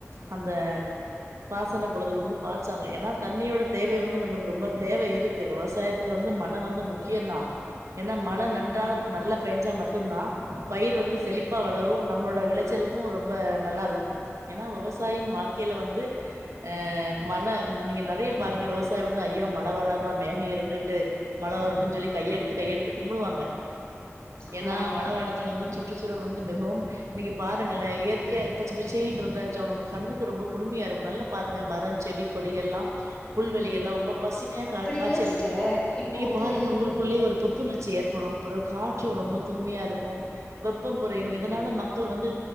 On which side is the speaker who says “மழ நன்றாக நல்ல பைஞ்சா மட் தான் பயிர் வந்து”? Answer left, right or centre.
Right